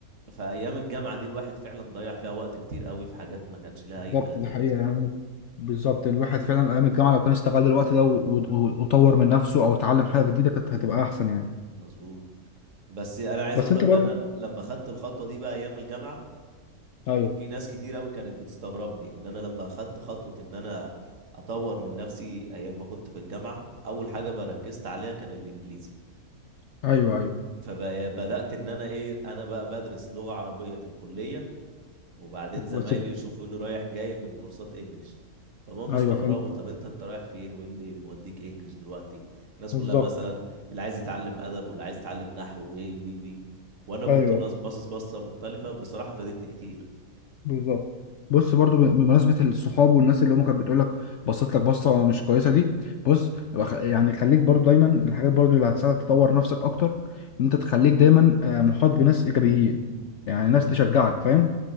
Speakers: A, on the right (about 55°); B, on the left (about 65°).
A: فايام الجامعه دي الواحد فعلا ضيع فيها وقت كتير قوي في حاجات ما كانش لها
B: بالظبط
A: اي 30
B: دي حقيقة
A: لازمه
B: يعني بالظبط الواحد فعلا أيام الجامعة لو كان استغل الوقت ده و- و- وطور من نفسه أو اتعلم حاجة جديدة كانت هتبقى أحسن يعني
A: مظبوط بس انا عايز
B: بس
A: اقول
B: أنت
A: لك بقى
B: برضو
A: ان أنا لما خدت الخطوه دي بقى ايام الجامعه
B: أيوه
A: في ناس كتير قوي كانت بتستغربني ان انا لما خدت خطوه ان انا اطور من نفسي ايام ما كنت في الجامعه اول حاجه بركزت عليها كان الانجليزي
B: أيوه أيوه
A: فبدأت إن أنا إيه أنا بقى بدرس لغة عربية في الكلية وبعدين زمايلي
B: بس
A: يشوفوني رايح جاي من كورسات إنجليش فهم
B: أيوه
A: يستغربوا
B: فعلا
A: طب أنت أنت رايح فين وإيه اللي موديك إنجليش دلوقتي الناس
B: بالظبط
A: كلها مثلا اللي عايز يتعلم أدب واللي عايز يتعلم نحو وإيه وي وي وأنا كنت
B: أيوه
A: الناس باصص بصة مختلفة بصراحة فادتني كتير
B: بالظبط بص برضو ب- بمناسبة الصحاب والناس اللي هم كانت بتقول لك بصيت لك بصة مش كويسة دي بص يبقى خ- يعني خليك برضو دايما الحاجات برضو اللي هتساعدك تطور نفسك أكتر إن أنت تخليك دايما آه، محاط بناس إيجابيين يعني
A: امم
B: ناس تشجعك فاهم